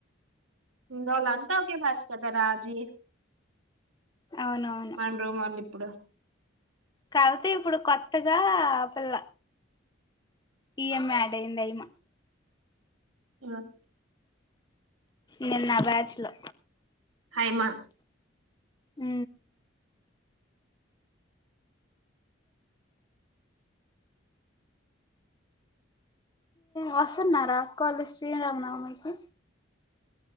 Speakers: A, on the right; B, on the left.
A: వాళ్ళు అంత ఒకే బ్యాచ్ కద రాజి
B: అవునవును
A: మన రూమ్ వాళ్ళు ఇప్పుడు
B: కవిత ఇప్పుడు కొత్తగా ఆ పిల్ల ఈఎంమ యాడ్ అయింది ఐమా
A: క్లోజ్
B: నిన్న ఆ బ్యాచ్ లో
A: హైమా
B: ఊ వస్తున్నారా అక్కోళ్ళు శ్రీ రామనవమకి